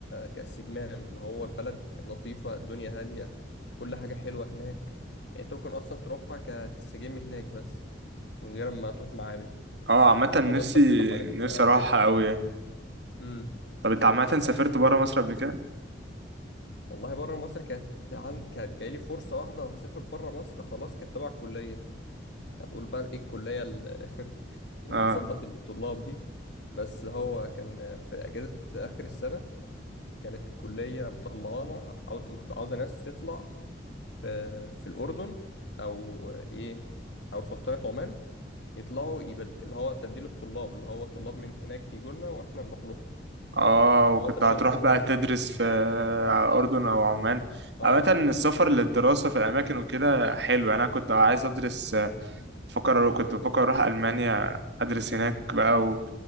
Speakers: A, on the left (about 70°); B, on the right (about 65°).
A: كاستجمام اللي هو البلد لطيفة الدنيا هادية كل حاجة حلوة هناك يعني أنت ممكن أصلا تروحها كتستجم هناك بس من غير ما تروح معابد
B: اه عامة
A: الخضار
B: نفسي
A: بس اللي حواليك
B: نفسي
A: تبقى
B: اروحها
A: حلوة يعني
B: قوي يعني
A: امم
B: طب انت عامة سافرت برا مصر قبل كده؟
A: والله بره مصر كانت عند... كانت جايلي فرصة واحدة وهسافر بره مصر خلاص كانت تبع الكلية هتقول بقى إيه الكلية ال- <laughs> اللي
B: اه
A: بتظبط الطلاب دي بس هو كان في أجازة آخر السنة كانت الكلية مطلعانا عاو- مخت- عاوزة ناس تطلع في, في الأردن أو إيه أو سلطنة عمان يطلعوا يبد... اللي هو تبديل الطلاب اللي هو طلاب من هناك يجوا لنا وإحنا نروح لهم
B: اه
A: اللي
B: وكنت
A: هو تبادل
B: هتروح
A: خبرات
B: بقى تدرس في اردن او عمان
A: آه
B: عامة السفر للدراسة في الاماكن وكده حلو يعني انا كنت عايز ادرس بفكر كنت بفكر اروح المانيا ادرس
A: امم
B: هناك بقى و...